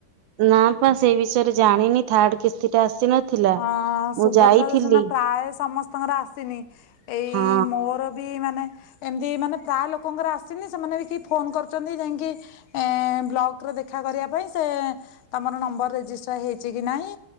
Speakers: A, on the right (about 75°); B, on the left (about 80°).
A: ନା ପା ସେଇ ବିଷୟରେ ଜାଣିନି ଥାର୍ଡ କିସ୍ତି ଟା ଆସିନଥିଲା
B: ଅଁ ସୁଭଦ୍ରା
A: ମୁଁ ଯାଇଥିଲି
B: ଯୋଜନା ପ୍ରାୟ ସମସ୍ତଙ୍କର ଆସିନି ଏଇ
A: ହଁ
B: ମୋର ବି ମାନେ ଏମିତି ମାନେ ପ୍ରାୟ ଲୋକଙ୍କର ଆସିନି ସେମାନେ ବି କି ଫୋନ୍ କରୁଛନ୍ତି ଯାଇକି ବ୍ଲକରେ ଦେଖା କରିବା ପାଇଁ ସେ ତମର ନମ୍ବର ରେଜିଷ୍ଟର୍ ହେଇଛି କି ନାହିଁ